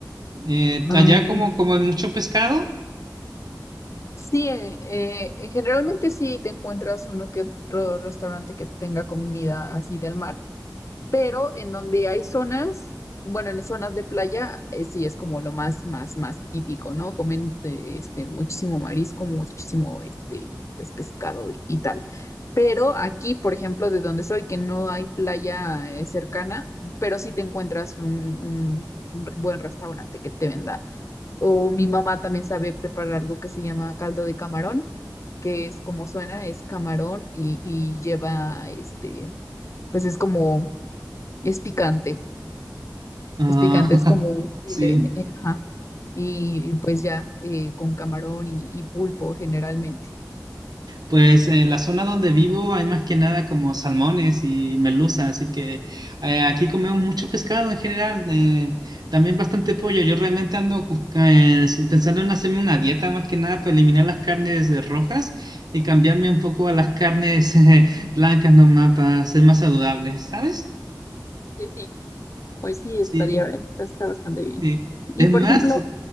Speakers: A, on the right; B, on the left.
A: Eh,
B: Ah,
A: allá como, como hay mucho pescado.
B: Sí, eh, eh, eh, generalmente sí te encuentras uno que otro restaurante que tenga comida así del mar, pero en donde hay zonas, bueno, en zonas de playa, eh, sí es como lo más, más, más típico, ¿no? Comen eh, este, muchísimo marisco, muchísimo este, pues pescado y, y tal. Pero aquí, por ejemplo, de donde soy, que no hay playa eh, cercana, pero sí te encuentras un, un un buen restaurante que te venda o mi mamá también sabe preparar algo que se llama caldo de camarón, que es como suena, es camarón y, y lleva, este, pues es como, es picante,
A: Ah,
B: es picante, es como un chile,
A: <laughs> sí.
B: eh, ajá, y, y pues ya, eh, con camarón y, y pulpo generalmente.
A: Pues en la zona donde vivo hay más que nada como salmones y merluza, así que eh, aquí comemos mucho pescado en general, eh, también bastante pollo. Yo realmente ando cu- eh, sí, pensando en hacerme una dieta más que nada para eliminar las carnes eh, rojas y cambiarme un poco a las carnes <laughs> eh, blancas nomás para ser más saludables, ¿sabes?
B: Sí, sí, pues sí, estaría,
A: Sí.
B: está, está bastante bien.
A: Sí.
B: Y
A: Es
B: por
A: más,
B: ejemplo,